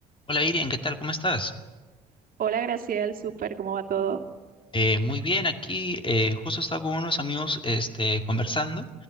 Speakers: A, on the left; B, on the right.
A: Hola Irian, ¿qué tal? ¿Cómo estás?
B: Hola Graciel, súper, ¿cómo va todo?
A: Eh, muy bien, aquí eh, justo estaba con unos amigos este, conversando